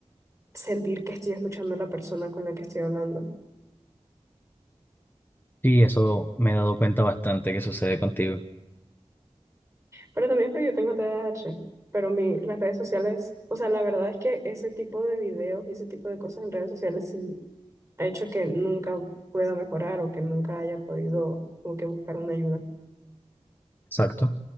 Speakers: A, on the right; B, on the left.
A: sentir que estoy escuchando a la persona con la que estoy hablando.
B: Sí, eso me he dado cuenta bastante que sucede contigo.
A: Pero también es porque yo tengo T D A H Pero mi, las redes sociales, o sea, la verdad es que ese tipo de videos y ese tipo de cosas en redes sociales sí ha hecho que nunca pueda mejorar o que nunca haya podido como que buscar una ayuda.
B: Exacto.